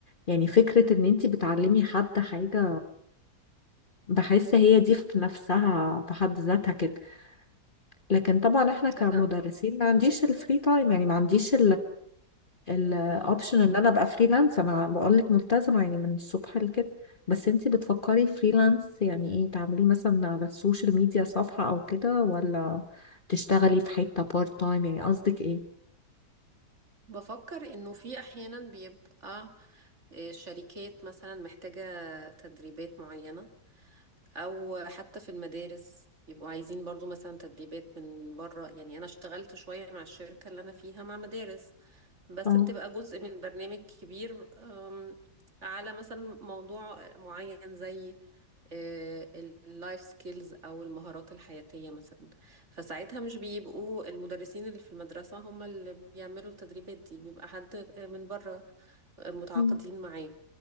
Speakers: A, on the left; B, on the right.
A: يعني فكرة ان انت بتعلمي حد حاجة بحس
B: أمم.
A: هي دي في نفسها في حد ذاتها كده لكن طبعا احنا كمدرسين
B: أنا
A: ما عنديش الفري تايم يعني ما عنديش الاوبشن
B: اه
A: ان انا ابقى فريلانس انا بقولك ملتزمة يعني من الصبح لكده بس انت بتفكري فريلانس يعني ايه تعملي مثلا على السوشيال ميديا صفحة او كده ولا تشتغلي في حتة بارت تايم يعني قصدك ايه؟
B: بفكر انه في احيانا بيبقى آه، شركات مثلا محتاجة تدريبات معينة او حتى في المدارس يبقوا عايزين برضو مثلا تدريبات من بره يعني انا اشتغلت شوية مع الشركة اللي انا فيها مع مدارس بس
A: اه
B: بتبقى جزء من برنامج كبير أم، على مثلا موضوع معين زي اللايف سكيلز او المهارات الحياتية مثلا فساعتها مش بيبقوا المدرسين اللي في المدرسة هم اللي بيعملوا التدريبات دي بيبقى حد آه، من بره متعاقدين
A: مم.
B: معاه